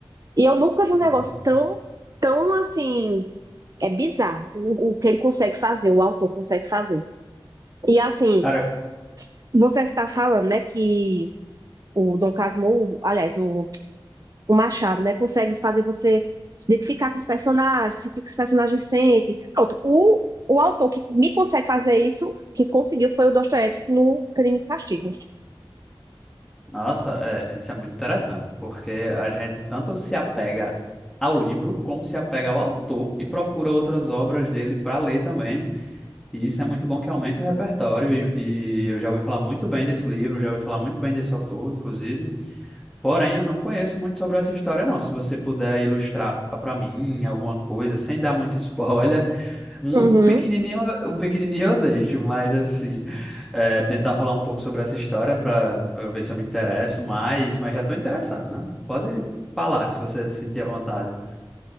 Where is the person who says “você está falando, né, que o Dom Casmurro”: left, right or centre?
Right